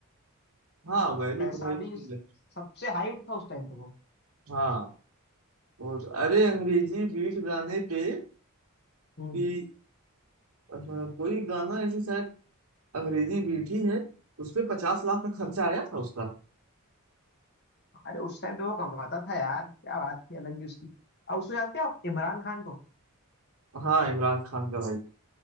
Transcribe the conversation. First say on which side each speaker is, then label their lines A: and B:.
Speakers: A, on the right; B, on the left.
A: हाँ, वैल्यू
B: पैसा
A: तो भाई
B: भी
A: उसकी
B: उस,
A: है।
B: सबसे हाई उठ था उस टाइम पे वो
A: हाँ और अरे अंग्रेजी बीट गाने पे
B: हम्म
A: कि अ, कोई गाना ऐसे शायद अंग्रेजी बीट ही है उस पे पचास लाख का खर्चा आया था उसका
B: अरे उस टाइम पे वो कमाता था यार क्या बात थी अलग ही उसकी अब उसको जानते हो आप इमरान खान को
A: हाँ इमरान खान का भाई